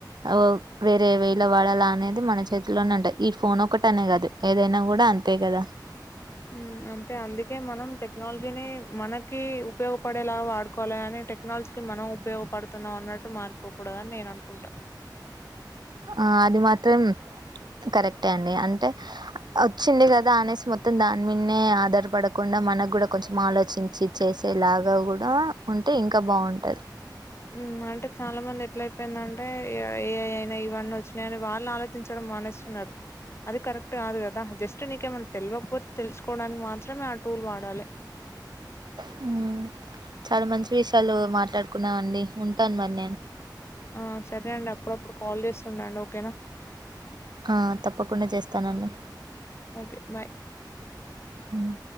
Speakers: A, on the right (about 65°); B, on the left (about 35°).
A: ఓ వేరే వే లో వాడాల అనేది మన చేతిలోనే ఉంటాది ఈ ఫోన్ ఒకటి అనే కాదు ఏదైనా కూడా అం తే గదా
B: హ్మ్ అంతే అందుకే మనం టెక్నాలజీని మనకి ఉపయోగపడేలాగా వాడుకోవాలే గాని టెక్నాలజీకిి మనం ఉపయోగపడుతున్నాం అన్నట్టు మారిపోకూడదు అని నేను అనుకుంటా
A: ఆ అది మాత్రం కరెక్టే అండి అంటే వచ్చింది కదా అనేసి మొత్తం దాన్నిమీన్నే ఆధారపడకుండా మనక్కూడా కొంచెం ఆలోచించి చేసేలాగా కూడా ఉంటే ఇంకా బాగుంటది
B: మ్మ్ అంటే చాలా మంది ఎట్ల అయిపోయింది అంటే ఇగ, ఏఐ అయినా ఇవన్నీ వచ్చినాయని వాళ్ళు ఆలోచించడం మానేస్తున్నారు అది కరెక్ట్ కాదు కదా జస్ట్ నీకేమన్నా తెలివకపోతే తెలుసుకోవడానికి మాత్రమే ఆ టూల్ వాడాలి.
A: హ్మ్ చాలా మంచి విషయాలు మాట్లాడుకున్నాం అండి ఉంటాను మరి నేను
B: ఆ సరే అండి అప్పుడప్పుడు కాల్ చేస్తుండండి ఓకేనా
A: ఆ తప్పకుండా చేస్తానండి
B: ఓకే బాయ్
A: హ్మ్